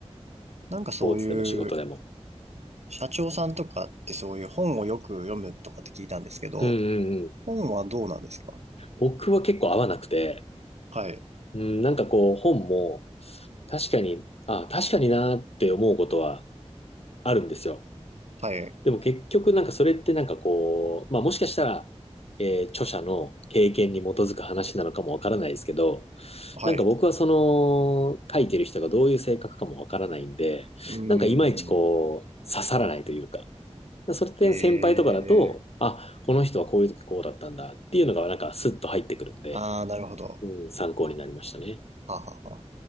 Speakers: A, on the right; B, on the left.
A: なんかそういう、
B: スポーツでも仕事でも。
A: 社長さんとかってそういう本をよく読むとかって聞いたんですけど、
B: うんうんうん。
A: 本はどうなんですか
B: 僕は結構合わなくて、
A: はい、
B: うん、なんかこう本も確かに、あ、確かになーって思うことはあるんですよ。
A: はい、
B: でも結局なんかそれってなんかこう、まあもしかしたら、えー著者の経験に基づく話なのかもわからないですけど、
A: はい。
B: なんか僕はその書いてる人がどういう性格かもわからないんで、
A: うーん。
B: なんかいまいちこう刺さらないというか、それって先輩とかだと、
A: ええー。
B: あ、この人はこういう時こうだったんだっていうのがなんかスッと入ってくるんで、
A: ああ、なるほど。
B: うん、参考になりましたね。
A: ははは